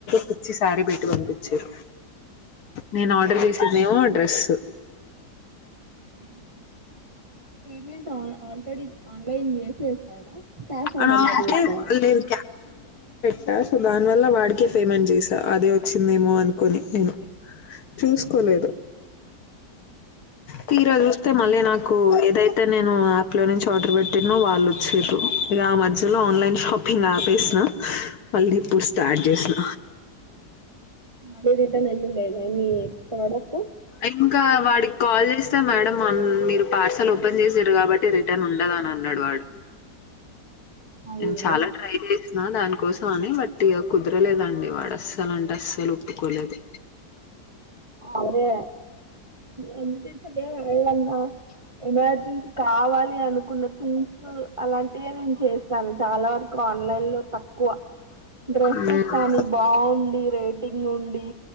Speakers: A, on the left (about 65°); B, on the right (about 35°).
A: పిచ్చి సారి బెట్టి పంపించారు నేను ఆర్డర్ చేసిందేమో ఆ డ్రెస్
B: ఉ పేమెంట్ ఆల్రెడీ ఆన్లైన్సి కష్
A: అని
B: ఆన్ డెలివరి
A: అంటే
B: పెట్టారా
A: లేదు క్యాష్ దాని వల్ల వాడికే పేమెంట్ చేసా అదే వచ్చిందేమో అనుకోని నేను చూ కొలేదు తీరా చూస్తే మళ్ళీ నాకు ఏదైతే నేను యాప్ లో నుంచి ఆర్డర్ పెట్టిన నా మిస్టేక్ కు ఆ మధ్యలో ఆన్లైన్ షాపింగ్ ఆపేసిన మళ్ళ ఇప్పుడు స్టార్ట్ చేసిన
B: మళ్ళీ రిటర్న్ వెళ్ళలేదా మీ ప్రొడక్ట్
A: ఇంకా వాడికి కాల్ చేస్తే మేడం మీరు పార్సల్ ఓపెన్ చేసారు కాబట్టి రిటర్న్ ఉండదా అని అన్నాడు వాడు
B: అయ్యో
A: నేనుచాలా ట్రై చేసి నా దాని కోసం అని బట్టిగా కుదరలేదండి వాడు అస్సలు అంటే అస్సలు ఒప్పుకోలేదు
B: అదే అ కాన్న ఎమర్జెన్సీ కావాలి అనుకున్న థింగ్స్ అలాంటివే నేను చేస్త కానీ చాలా వరకు ఆన్లైన్ లో తక్కువ డ్రెస్సెస్
A: హ్మ్.
B: కానీ బాగుంది రేటింగ్ ఉండి